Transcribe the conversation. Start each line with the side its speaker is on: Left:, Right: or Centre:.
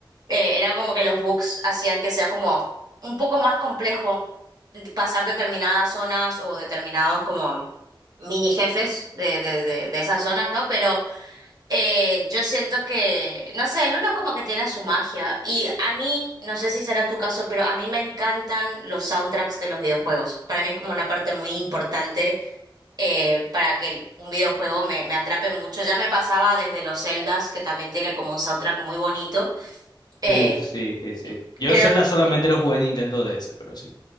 Right: eh, era como que los bugs hacían que sea como un poco más complejo pasar determinadas zonas o determinados como mini jefes de, de, de, de esas zonas, ¿no? Pero eh, yo siento que, no sé, el uno como que tiene su magia y a mí, no sé si será tu caso, pero a mí me encantan los soundtracks de los videojuegos. Para mí es como una parte muy importante eh, para que el- un videojuego me, me atrape mucho. Ya me pasaba desde los Zeldas, que también tiene como un soundtrack muy bonito. Eh,
Left: Uf, sí, sí, sí. Yo
Right: creo
Left: Zelda solamente lo jugué en Nintendo DS, pero sí.